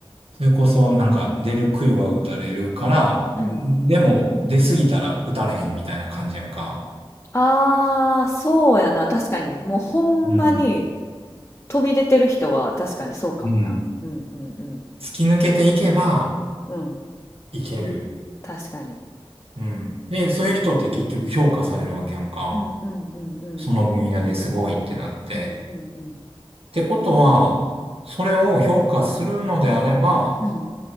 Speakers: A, on the right (about 80°); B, on the left (about 25°).
A: それこそなんか出る杭は打たれるから、
B: うん。
A: んでも出すぎたら打たれへんみたいな感じやんか。
B: ああ、そうやな、確かに。もうほんまに
A: うん。
B: 飛び出てる人は確かにそうかもな。
A: うん。
B: うんうんうん。
A: 突き抜けていけば
B: うん、
A: いける。
B: 確かに。
A: うん。で、そういう人って結局評価されるわけやんか。
B: うんうんうんうんうん。
A: その分野ですごいってなって。
B: うんうんうん。
A: ってことは、それを評価するのであれば、
B: うん。